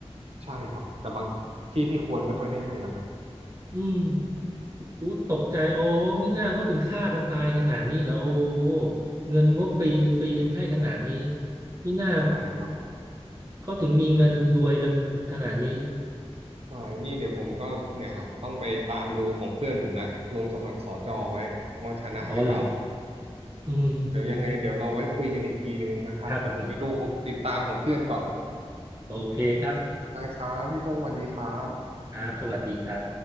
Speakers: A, on the right; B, on the right.
A: ใช่ครับแต่บางที่ที่ควรไม่ค่อยได้ให้หรอกฮะ
B: อืมอู้ตกใจโอ้มิน่าเขาถึงฆ่ากันตายขนาดนี้เหรอโอ้เงินงบปีหนึ่งปีหนึ่งให้ขนาดนี้มิน่า
A: ใช่
B: เขาถึงมีเงินรวยกันขนาดนี้
A: ใช่นี่เดี๋ยวผมก็เนี่ยครับต้องไปตามดูของเพื่อนผมละลงสมัครสจไว้ว่าชนะหรือเปล่า
B: อ๋อเหรออืมอืม
A: เดี๋ยวยังไงเดี๋ยวเราไว้คุยกันอีกทีหนึ่งนะครับเดี๋ยวผมไปดูติดตามของเพื่อนก่อน
B: ครับโอเคครับ
A: ได้ครับพี่พงศ์สวัสดีครับ
B: ครับสวัสดีครับ